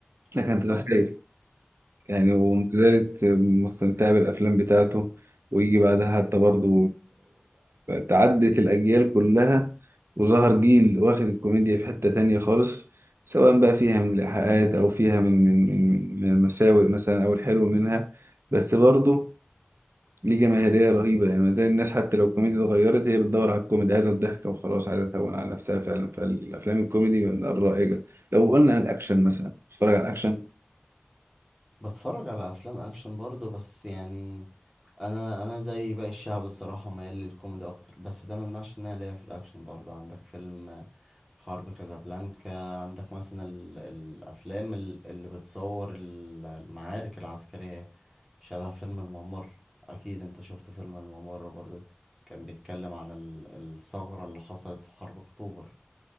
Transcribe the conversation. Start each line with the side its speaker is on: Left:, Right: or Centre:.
Right: لك
Centre: بالظبط
Right: انت تتخيل يعني وما زالت مستمتعة بالأفلام بتاعته ويجي بعدها حتى برضه تعدت الأجيال كلها وظهر جيل واخد الكوميديا في حتة تانية خالص سواء بقى فيها من الإيحاءات أو فيها من من من من المساوئ مثلا أو الحلو منها بس برضه ليه جماهيرية رهيبة يعني ما زال الناس حتى لو الكوميديا اتغيرت هي بتدور على الكوميدي عايزة الضحك وخلاص عايزة تهون على نفسها فعلا فالأفلام الكوميدي من الرائجة لو قلنا عن الأكشن مثلا بتتفرج على الأكشن
Centre: بتفرج على افلام اكشن برضه بس يعني انا انا زي باقي الشعب الصراحه ميال للكوميدي اكتر بس ده ما يمنعش ان انا ليا في الاكشن برضه عندك فيلم حرب كازابلانكا عندك مثلا ال... الافلام ال- اللي بتصور ال- المعارك العسكريه شبه فيلم الممر اكيد انت شفت فيلم الممر برضه كان بيتكلم عن ال- الثغره اللي حصلت في حرب اكتوبر